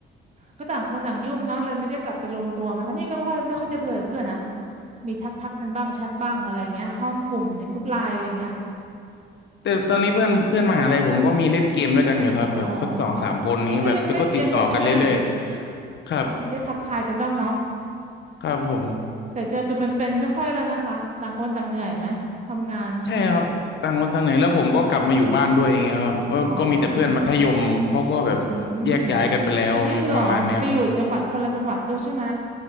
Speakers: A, on the right; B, on the left.
A: ก็ต่างคนต่างยุ่งเนาะเลยไม่ได้กลับไปรวมตัวไหมคะนี่ก็ไม่ค่อยไม่ค่อยจะเพื่อนเพื่อนนะมีทักทักกันบ้างแชทบ้างอะไรเงี้ยห้องกลุ่มในกลุ่มไลน์อะไรเงี้ย
B: แต่ตอนนี้เพื่อนเพื่อนมหาลัยผมก็มีเล่นเกมด้วยกันอยู่ครับแบบสักสองสามคนนี้ยแบบก็ติดต่อกันเรื่อยๆครับ
A: อ๋อนี่ก็ยังเล่นเกมกับเพื่อนมีได้ทักทายกันบ้างเนาะ
B: ครับผม
A: แต่เจอตัวเป็นๆไม่ค่อยแล้วนะคะต่างคนต่างเหนื่อยไหมทำงาน
B: ใช่ครับต่างคนต่างไหนแล้วผมก็กลับมาอยู่บ้านด้วยอย่างเงี้ยครับก็ก็มีแต่เพื่อนมัธยมเขาก็แบบแยกย้ายกันไปแล้วประมาณเนี้ย
A: อ๋ออืมวันนี้คืออ๋อไปอยู่อีกจังหวัดคนละจังหวัดด้วยใช่ไหม